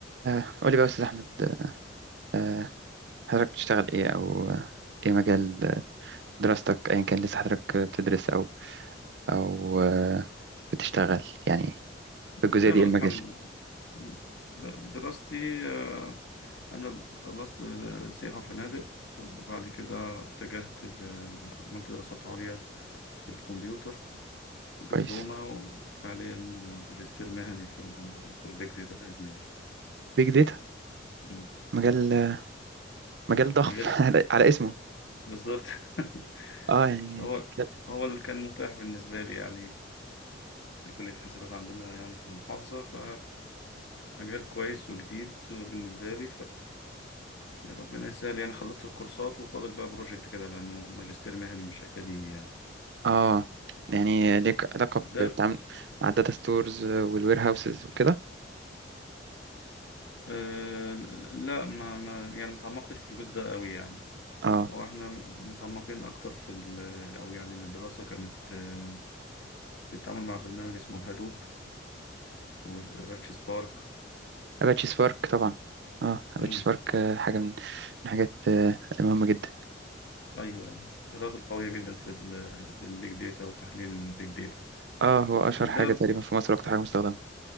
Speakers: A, on the right; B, on the left.
A: آه، قولي بقى يا أستاذ أحمد آه، حضرتك بتشتغل إيه أو آه، إيه مجال آه، دراستك أيا كان لسه حضرتك بتدرس أو أو آه، بتشتغل يعني في الجزئية
B: بشتغل
A: دي إيه المجال
B: الحمد لله د- دراستي آه، أنا خلصت آه، سياحة وفنادق وبعد كده اتجهت ل- آه، عملت دراسات عليا في الكمبيوتر دبلومة
A: كويس
B: وحاليا ماجستير مهني في ال- في البيج داتا بإذن الله
A: بيج داتا
B: م.
A: مجال آه، مجال ضخم
B: مجال
A: <laughs> على على اسمه
B: بالظبط <laughs>
A: اه يعني
B: هو
A: بتتكلم
B: هو اللي كان متاح بالنسبة لي يعني في كلية حاسبات عندنا يعني في المحافظة ف مجال كويس وجديد بالنسبة لي يا ربنا يسهل يعني خلصت الكورسات وفاضل بقى بروجكت كده لأنه ماجستير مهني مش أكاديمي يعني
A: اه يعني ليك علاقة
B: ده
A: بالتعامل مع الداتا ستورز والوير هاوسز وكده
B: آه لا ما, ما يعني ما تعمقتش في الجزء ده قوي يعني
A: اه
B: هو احنا متعمقين أكتر في ال- أو يعني الدراسة كانت آه، بتتعامل مع برنامج اسمه هادوب وأباتشي سبارك
A: أباتشي سبارك طبعا اه أباتشي
B: مم.
A: سبارك آه، حاجة من من الحاجات آه، المهمة جدا
B: أيوه الإدارات القوية جدا في ال في البيج داتا وتحليل البيج داتا
A: اه هو أشهر
B: ده
A: حاجة تقريبا في مصر وأكتر حاجة مستخدمة